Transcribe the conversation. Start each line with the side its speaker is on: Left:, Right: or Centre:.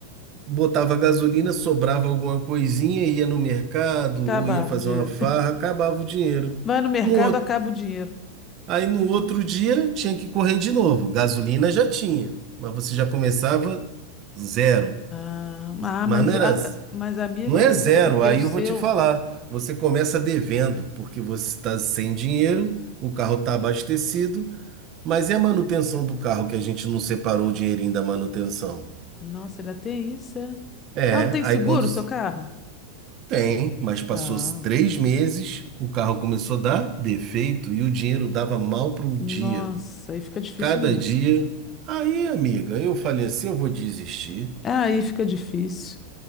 Right: Botava gasolina, sobrava alguma coisinha, ia no mercado
Left: Acabava
Right: ou ia fazer
Left: o dinheiro.
Right: uma farra, acabava o dinheiro.
Left: <laughs> Vai no mercado,
Right: No outro,
Left: acaba o dinheiro.
Right: aí no outro dia tinha que correr de novo. Gasolina já tinha, mas você já começava zero.
Left: Ah, ah,
Right: Mas
Left: mas,
Right: não
Left: ag-
Right: era.
Left: mas, amigo,
Right: Não
Left: às
Right: é
Left: vezes
Right: zero,
Left: é porque
Right: aí
Left: o seu.
Right: eu vou te falar. Você começa devendo, porque você está sem dinheiro, o carro está abastecido, mas e a manutenção do carro que a gente não separou o dinheirinho da manutenção?
Left: Nossa, ele tem isso, é?
Right: É,
Left: Ah, não tem
Right: aí
Left: seguro
Right: quando s-
Left: o seu carro?
Right: tem, mas passou
Left: Ah,
Right: s- três meses, o carro começou a dar defeito e o dinheiro dava mal pro
Left: nossa,
Right: dia.
Left: aí fica difícil
Right: Cada
Left: mesmo.
Right: dia. Aí, amiga, eu falei assim, eu vou desistir.
Left: Aí fica difícil.